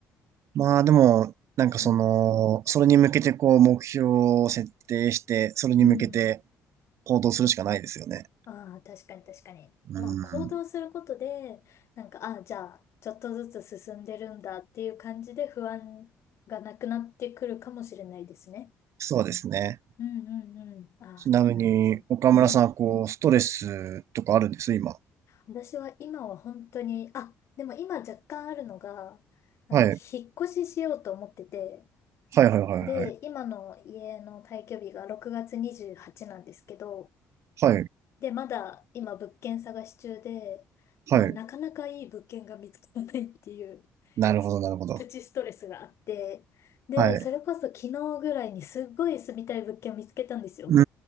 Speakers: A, on the right; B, on the left.
A: まあでも、なんかその、
B: うん。
A: それに向けてこう、目標を設定して、それに向けて
B: うん。
A: 行動するしかないですよね。
B: ああ、確かに確かに。
A: うん。
B: まあ、行動することで、なんか、ああ、じゃあ、ちょっとずつ進んでるんだっていう感じで不安がなくなってくるかもしれないですね。
A: そうですね。
B: うんうんうん。ああ、
A: ちなみに、
B: なるほど。
A: 岡村さん、
B: うん。
A: こう、ストレスとかあるんです、今。
B: 私は今は本当に、あ、でも今若干あるのが、あの、
A: はい。
B: 引っ越ししようと思ってて、
A: はいはいはいはい。
B: で、今の家の退去日が6月28なんですけど、
A: はい。
B: で、まだ今物件探し中で、なんかなかなかいい物件が見つからないっていう
A: はい。なるほど、
B: すプチストレスがあって、
A: なるほど。
B: で、
A: はい。
B: それこそ昨日ぐらいにすっごい住みたい物件を見つけたんですよ。
A: う